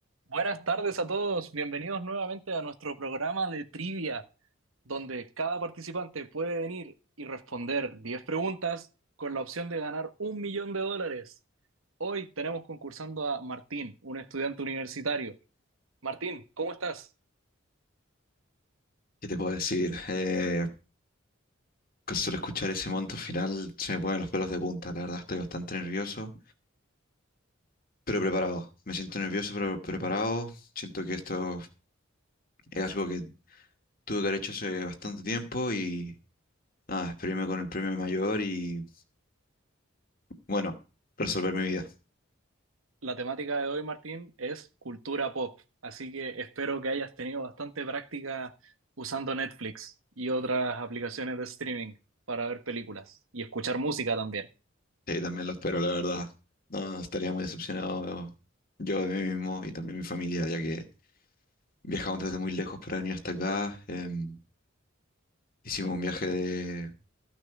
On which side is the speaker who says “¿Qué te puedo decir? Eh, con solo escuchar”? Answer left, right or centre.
Left